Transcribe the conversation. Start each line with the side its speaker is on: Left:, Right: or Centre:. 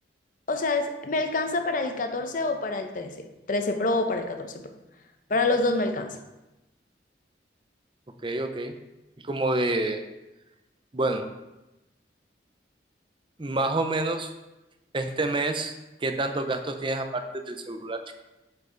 Left: o sea, es- me alcanza para el 14 o para el trece trece Pro o para el 14 Pro, para los dos me alcanza.
Right: Ok, ok. Y como de, bueno, más o menos. este mes, ¿qué tantos gastos tienes aparte del celular?